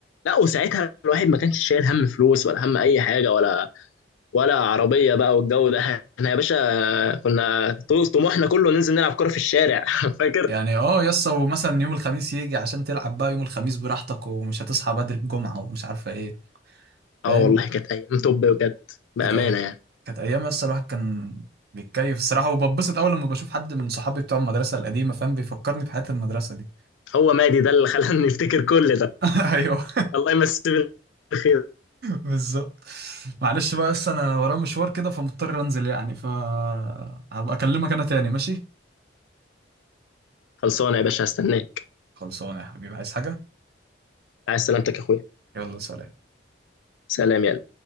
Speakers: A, on the left; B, on the right.
A: لا وساعتها الواحد ما كانش شايل هم فلوس ولا هم اي حاجه ولا ولا عربيه بقى والجو ده احنا يا باشا كنا طو- طموحنا كله ننزل نلعب كوره في الشارع <laughs> فاكر
B: يعني اه يسا ومثلا يوم الخميس يجي عشان تلعب بقى يوم الخميس براحتك ومش هتصحى بدري الجمعة ومش عارفة ايه فاهم
A: اه والله كانت ايام توب بجد بامانه
B: كانت أي
A: يعني
B: كانت أيام يسا الواحد كان بيتكيف الصراحة وببسط أول لما بشوف حد من صحابي بتوع المدرسة القديمة فاهم بيفكرني بحياة المدرسة دي
A: هو مادي ده اللي خلاني <laughs> افتكر كل ده
B: <laughs> أيوه
A: الله يمسيه بالخير
B: بالظبط معلش بقى يسا أنا ورايا مشوار كده فمضطر أنزل يعني فهبقى أكلمك أنا تاني ماشي
A: خلصانه يا باشا هستناك
B: خلصانة يا حبيبي عايز حاجة
A: عايز سلامتك يا اخويا
B: يلا سلام
A: سلام يلا